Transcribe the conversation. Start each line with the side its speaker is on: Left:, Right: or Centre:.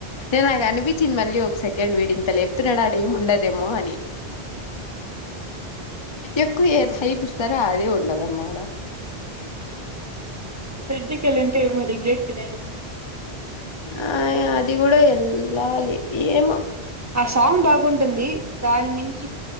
Left: ఇలాగా అనిపించింది మళ్ళీ ఓ అండ్ వీడింత లేపుతున్నాడాడ ఏమి ఉండదేమో అని ఎక్కువ ఏది హైపిస్తారో అదే ఉండలమ అడ
Right: ఎగిత్యా ఏ ఉంటామరి గేట్ బయితే
Left: ఆ అది కూడా వెళ్ళాలి ఏమో
Right: ఆ సాంగ్ బాగుంటుంది దాని మించి